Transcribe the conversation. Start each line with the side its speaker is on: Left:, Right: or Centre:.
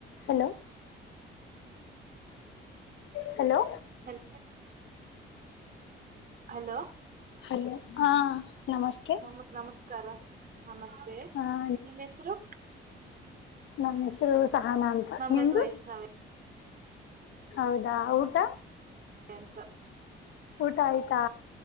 Left: Hello hello
Right: ಹಲ್ hello
Left: hello ಹಾ ನಮಸ್ತೆ
Right: ನಮಸ್ ನಮಸ್ಕಾರ ನಮಸ್ತೆ
Left: ಹ
Right: ನಿಮ್ಮ ಹೆಸರು
Left: ನಮ್ಮ್ ಹೆಸರು ಸಹಾನ ಅಂತ
Right: ನಮ್ಮ
Left: ನಿಮ್ದು
Right: ಹೆಸರು ವೈಷ್ಣವಿ
Left: ಹೌದಾ ಊಟ
Right: ಎಂತ
Left: ಆಯ್ತ ಆಯ್ತಾ